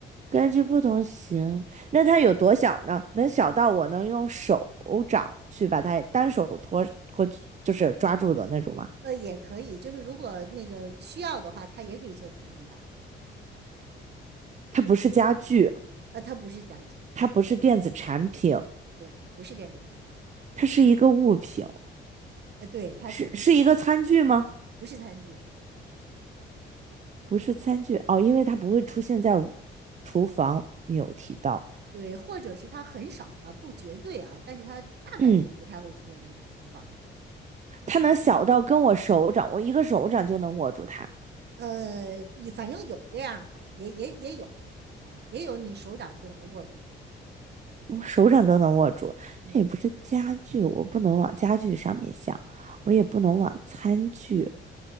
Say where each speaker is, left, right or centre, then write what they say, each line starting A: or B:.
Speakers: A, on the right (about 35°); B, on the right (about 55°).
A: 根据不同型。
B: 嗯。
A: 那它有多小呢？能小到我能用手掌去把它单手托托，就是抓住的那种吗？
B: 呃，也可以，就是如果那个需要的话，它也可以做成那么大的。
A: 它不是家具，
B: 呃，它不是家具，
A: 它不是电子产品，
B: 对，不是电子产品。
A: 它是一个物品，
B: 呃，对，它肯定
A: 是是一个餐具吗？
B: 不是餐具，
A: 不是餐具哦，因为它不会出现在厨房。你有提到，
B: 对，或者是它很少吧，不绝对啊，但是它大概率不太会出现在厨房。
A: 嗯，它能小到跟我手掌，我一个手掌就能握住它，
B: 呃，反正有这样的，也也也有啊，也有你手掌就能握住的。
A: 我手掌都能握住。
B: 嗯，
A: 它也不是家具，我不能往家具上面想，
B: 对
A: 我也不能往餐具，